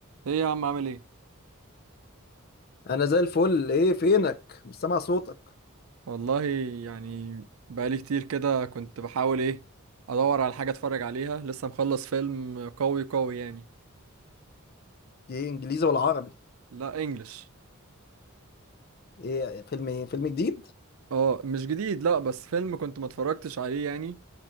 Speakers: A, on the right; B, on the left.
A: ايه يا عم عامل ايه
B: انا زي الفل ايه فينك مش سامع صوتك
A: والله يعني بقالي كتير كده كنت بحاول ايه ادور على حاجه اتفرج عليها لسه مخلص فيلم قوي قوي يعني
B: ايه انجليزي ولا عربي
A: لا انجلش
B: ايه فيلم ايه فيلم جديد
A: اه مش جديد لا بس فيلم كنت ما اتفرجتش عليه يعني